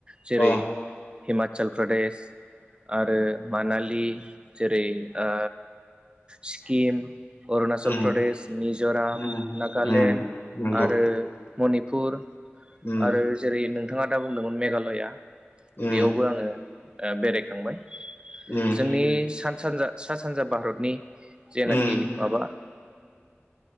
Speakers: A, on the right; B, on the left.
A: जेरै
B: अ
A: हिमाचल प्रदेश आरो मानालि जेरै ओ सिक्किम अरुणचल
B: उम
A: प्रदेश मिज'राम
B: उम
A: नागालेण्ड
B: उम नंगौ
A: आरो मनिपुर
B: उम
A: आरो जेरै नोंथाङा दा बुंदोंमोन मेघालया।
B: उम
A: बेयावबो आङो ओ बेरायखांबाय
B: उम
A: जोंनि सा सानजा सा सानजा भारतनि जेनाखि
B: उम
A: माबा